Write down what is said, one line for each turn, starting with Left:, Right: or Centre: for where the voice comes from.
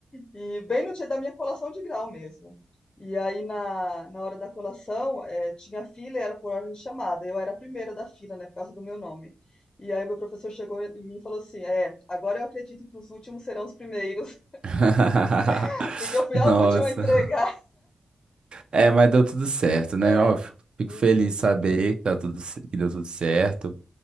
Left: E bem no dia da minha colação de grau mesmo. E aí, na, na hora da colação, eh, tinha fila e era por ordem de chamada. Eu era a primeira da fila, né, por causa do meu nome. E aí, meu professor chegou em mim e falou assim: É, agora eu acredito que os últimos serão os primeiros,
Right: <laughs>
Left: <laughs> porque eu fui
Right: Nossa.
Left: a última a entregar.
Right: É, mas deu tudo certo, né?
Left: É.
Right: Ó, fico
Left: uhum.
Right: feliz de saber que, tá tudo, ce- que deu tudo certo.